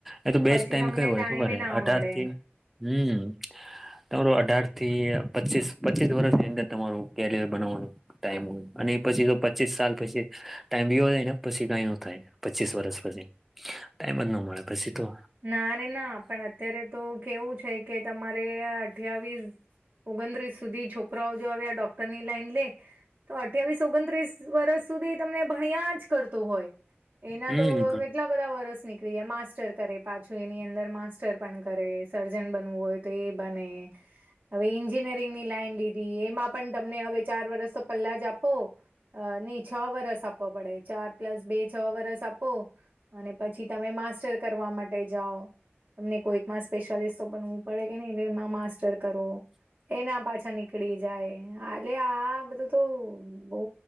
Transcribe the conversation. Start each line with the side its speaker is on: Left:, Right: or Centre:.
Centre: એ તો બેસ્ટ
Right: પછી
Centre: ટાઈમ
Right: તમને
Centre: કયો હોય
Right: ટાઈમે
Centre: ખબર હે
Right: ના
Centre: અઢારથી
Right: મળે
Centre: હમ્મ. તમારો અઢારથી પચીસ પચીસ વર્ષની અંદર તમારું કેરિયર બનાવવાનું ટાઈમ હોય અને એ પછી તો પચીસ સાલ પછી ટાઈમ વીયો જાય ને પછી કઈ ન થાય પચીસ વરષ પછી ટાઈમ જ ના મળે પછી તો.
Right: ના રે ના પણ અત્યારે તો કેવું છે કે તમારે અઠયાવીસ ઓગણત્રીસ સુધી છોકરાઓ જો હવે આ ડોક્ટરની લાઈન લે તો અઠ્યાવીસ ઓગણત્રીસ વર્ષ સુધી તમને ભણ્યા જ કરતું હોય એના
Centre: હમ
Right: તો કેટલા બધા વર્ષ નીકળી જાય માસ્ટર કરે પાછું એની અંદર માસ્ટર પણ કરે સર્જન બનવું હોય તો એ બને હવે એન્જિનિયરિંગની લાઈન લીધી એમાં પણ તમને હવે ચાર વર્ષ તો પલ્લા જ આપો અ નહી છ વરસ આ પવો પડે ચાર પ્લસ બે છ વરસ આપો અને પછી તમે માસ્ટર કરવા માટે જાઓ. તમને કોઈકમાં સ્પેશિયાલિસ્ટ તો બનવું પડે કે નહીં <unintelligible> એમાં માસ્ટર કરો એના પાછા નીકળી જાય આલ્યા આ બધું તો બઉ